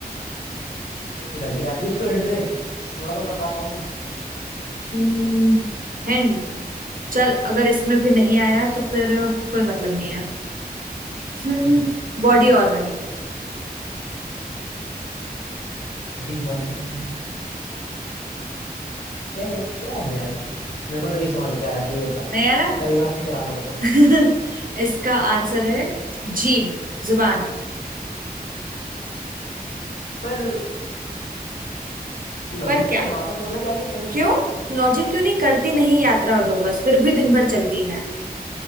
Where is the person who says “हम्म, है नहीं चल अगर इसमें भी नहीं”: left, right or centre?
Right